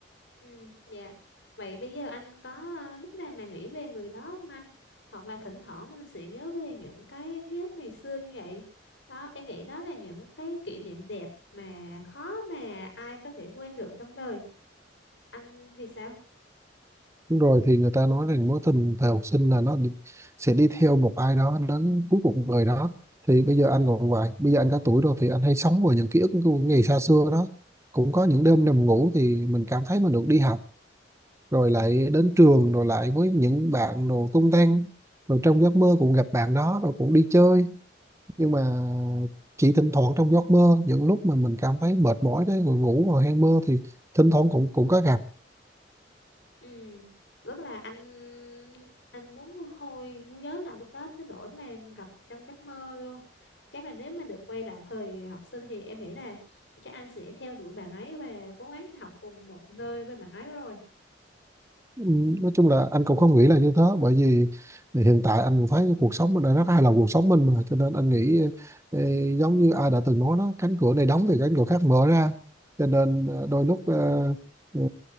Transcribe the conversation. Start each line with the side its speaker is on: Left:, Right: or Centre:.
Left: Ừ, dạ. Vậy bây giờ anh có à, lúc nào mà nghĩ về người đó không anh? Hoặc là thỉnh thoảng mình sẽ nhớ về những cái ký ức ngày xưa như vậy. Đó, em nghĩ đó là những cái kỷ niệm đẹp mà khó mà ai có thể quên được trong đời. Anh thì sao?
Right: Đúng rồi thì người ta nói rằng mối tình thời học sinh là nó đi, sẽ đi theo một ai đó đến cuối cuộc đời đó thì bây giờ anh còn vậy bây giờ anh có tuổi rồi thì anh hay sống vào những ký ức của ngày xa xưa đó cũng có những đêm nằm ngủ thì mình cảm thấy mình được đi học rồi lại đến trường rồi lại với những bạn đồ tung tăng rồi trong giấc mơ cũng gặp bạn đó rồi cũng đi chơi nhưng mà chỉ thỉnh thoảng trong giấc mơ những lúc mà mình cảm thấy mệt mỏi đấy rồi ngủ rồi hay mơ thì thỉnh thoảng cũng cũng có gặp
Left: Ừ, rất là anh anh muốn hồi nhớ là lúc đó tới nỗi mà gặp trong giấc mơ luôn. Chắc là nếu mà được quay lại thời học sinh thì em nghĩ là chắc anh sẽ theo đuổi bạn ấy và cố gắng học cùng một nơi với bạn ấy rồi.
Right: Ừ, nói chung là anh cũng không nghĩ là như thế bởi vì hiện tại anh cũng thấy cái cuộc sống mình đã rất hài lòng cuộc sống mình mà cho nên anh nghĩ ê, giống như ai đã từng nói đó cánh cửa này đóng thì cánh cửa khác mở ra cho nên ờ, đôi lúc ờ, ừ,